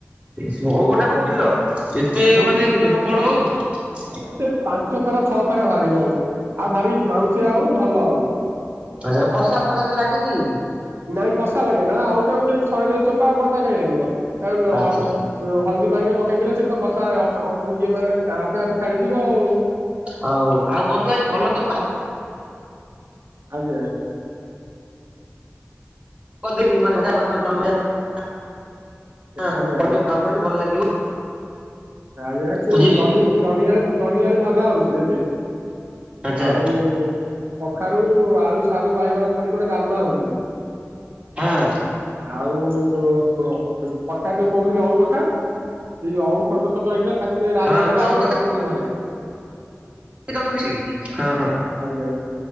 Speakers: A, on the right; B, on the right.
A: ସେ ଅଉ ଗୋଟାକ କିଲ, ଏତେ
B: ଆଉ ଗୋଟିଏ
A: ମାନେ
B: କିଲେ
A: କଣ ବଡ ଅଉ?
B: ହଁ ସେ ପାଞ୍ଚ ଫେରା ଛଅ ଫେରା ବାହାରିବ ଅଉ ଆଉ ଭାରି ମାଉଁସିଆ ଅଉ ଭଲ ଅଉ।
A: ଆଚ୍ଛା କଷା ଫସା ସେ ଲାଗେ କି?
B: ନାଇଁ କଷା ଲାଗେନା, ଅଉଟାକୁ ଯଦି ଛଡେଇଦେଲେ ଚୋପା ଆଉ କଷା କାଇଁ ଲାଗିବ, ତାକୁ ଲ
A: ଆଚ୍ଛା
B: ଲୋ ହଳଦୀ ପାଣିରେ ପକେଇଦେଲେ ସେ ତ କଷା ଅଟ୍, ଅଟୋ, ଇଏ ମାନେ ତା ଆପେ ଆପେ ଛାଡିଯିବ ଆଉ।
A: ହଉ, ଆଉ ବନ୍ଧୁ ଆଜି ଭଲ ତ ପା
B: ଆଜ୍ଞା।
A: <unintelligible> ଖାଉନାହାନ୍ତି
B: ଆଜ୍ଞା
A: ଭଲ ଲାଗିବ।
B: ଆଜ୍ଞା ସେ
A: ବୁଝିଲେ
B: ଜହ୍ନି ଜହ୍ନିଆଳୁ ଜହ୍ନିଆଳୁ ଭଜା ହଉଛି ଏବେ।
A: ଆଚ୍ଛା
B: ଆଉ କଖାରୁ, ଆଳୁ, ସାରୁ, ବାଇଗଣ ପଡିି ଗୋଟେ ଡାଲମା ହଉଛି।
A: ହଁ।
B: ଆଉ ଖଟା ଯୋଉ କହୁଥିଲୁ ଓଉ କଥା ସେଇ ଓଉ ଛୋଟ ଛୋଟ ହେଇଥିଲା ତାକୁ ଟିକେ ରାଇ
A: ହଁ ମୁଁ
B: ରାଇ
A: ଆଉ
B: କରିଛନ୍ତି ଘରେ।
A: ହ ହ।
B: ଆଜ୍ଞା